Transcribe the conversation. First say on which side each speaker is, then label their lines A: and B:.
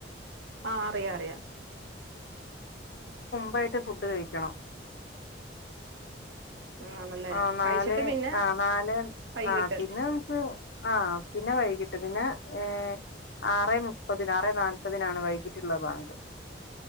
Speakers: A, on the right; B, on the left.
A: ആഹ് ആറിയ റിയ
B: പ്പായിട്ട് ഫുഡ് കഴിക്കണം
A: ഉം, ആണല്ലേ
B: ആ നാല്
A: കഴിച്ചിട്ട് പിന്നെ
B: ആ നാല്
A: വൈകിട്ട്
B: ആ പിന്നെ നമുക്ക് ആ പിന്നെ വൈകിട്ട് പിന്നെ ഹേ ആറേ മുപ്പതിന് ആറേ നാല്പതിനാണ് വൈകിട്ടുള്ള ബാങ്ക്